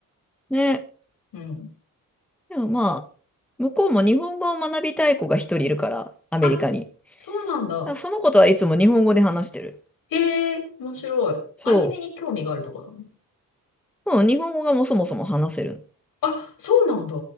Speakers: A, in the centre; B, on the left.
A: ね。
B: うん。
A: でもまあ、向こうも日本語を学びたい子が一人いるから、アメリカに。
B: あ、そうなんだ。
A: あそのことはいつも日本語で話してる。
B: へえ、面白い。
A: そ
B: アニメに興味があるとかなの
A: う。うん、日本語がもうそもそも話せるの。
B: あ、そうなんだ。